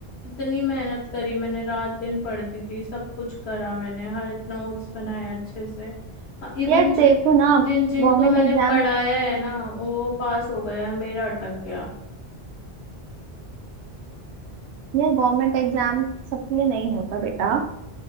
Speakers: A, on the left; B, on the right.
A: इतनी मेहनत करी मैंने रात दिन पढ़ती थी सब कुछ करा मैंने हर नोट्स बनाए अच्छे से इवन
B: यार
A: जिन
B: देखो ना
A: जिनको
B: गवर्नमेंट
A: मैंने
B: एग्जाम
A: पढ़ाया है ना वो पास हो गया है मेरा अटक गया
B: यार गवर्नमेंट एग्जाम सबके लिए नहीं होता बेटा